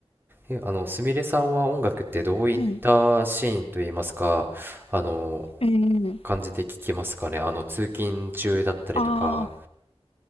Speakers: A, on the right; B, on the left.
A: え、あの、すみれさんは音楽ってどういったシーンといいますか、
B: はい
A: あの、
B: えー
A: 感じで聞きますかね。あの、通勤中だったりとか。
B: ああ、